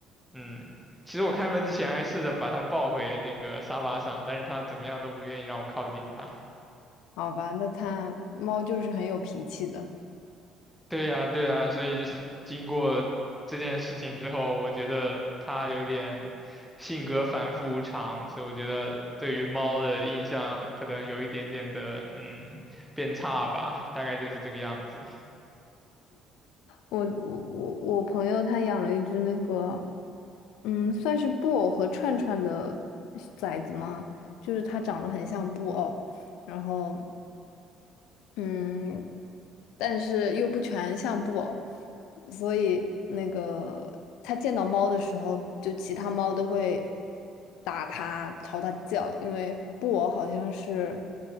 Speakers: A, in the centre; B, on the left.
A: 嗯，其实我开门之前还试着把他抱回那个沙发上，但是他怎么样都不愿意让我靠近他，
B: 好吧，那它猫就是很有脾气的。
A: 对呀，对呀，所以就是经过这件事情之后，我觉得它有点性格反复无常，所以我觉得对于猫的印象可能有一点点的嗯变差吧，大概就是这个样子。
B: 我我我我朋友他养了一只那个，嗯，算是布偶和串串的崽子吗？就是它长得很像布偶，然后嗯，但是又不全像布偶，所以那个它见到猫的时候，就其他猫都会打它、朝它叫，因为布偶好像是，